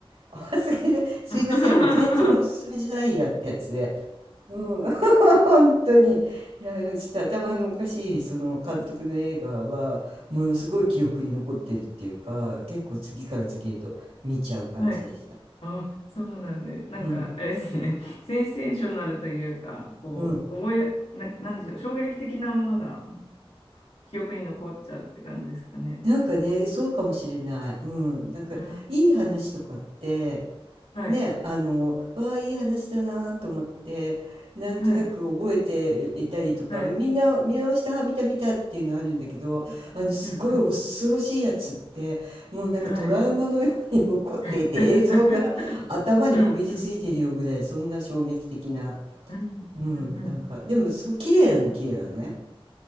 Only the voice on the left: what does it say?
<laughs>
はい。あ、そうなんで、なんか、
あれですね、<laughs> センセーショナルというか、こう、
覚え、な、なんでしょう、衝撃的なものが記憶に残っちゃうって感じですかね。
あ
はい。
はい。はい。
うんう
ん。はい。
<laughs>
うんうん
うんうんうん。